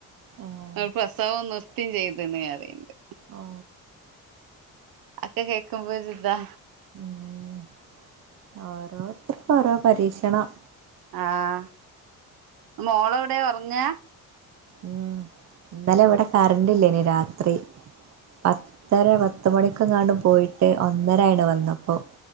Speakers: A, on the right; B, on the right.
A: ഏഹ്
B: അവര് പ്രസവം നിർത്തിം ചെയ്ത്ണ് അറീണ്ട്
A: ഓ
B: അക്കേ കേൾക്കുമ്പോ ഒരു ദാ
A: ഉം ഓരോത്തർക് ഓരോ പരീക്ഷണം
B: ആഹ് മോളോടെ ഒർങ്ങ
A: ഉം ഇന്നലെ വടെ കറണ്ട് ല്ലേ നി രാത്രി പത്തര പത്ത് മണിക്കെങ്ങാണ്ടും പോയിട്ട് ഒന്നര ആയിണ് വന്നപ്പോ